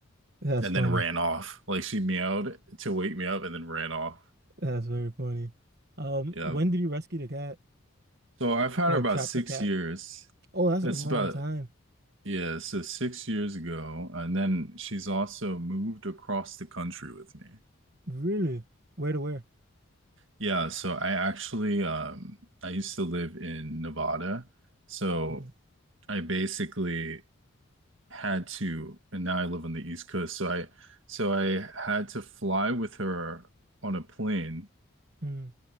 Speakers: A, on the right; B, on the right.
A: That's
B: and
A: funny.
B: then ran off. Like she meowed to wake me up and then ran off.
A: That's very funny. Um,
B: Yeah.
A: when did you rescue the cat
B: So I've had
A: or
B: her about
A: trap
B: six
A: the cat?
B: years.
A: Oh, that's
B: That's
A: a long
B: about
A: time.
B: yeah, so six years ago, and then she's also moved across the country with me.
A: Really? Where to where?
B: Yeah, so I actually um I used to live in Nevada. So
A: Mhm.
B: I basically had to and now I live on the East Coast. So I so I had to fly with her on a plane
A: Mm.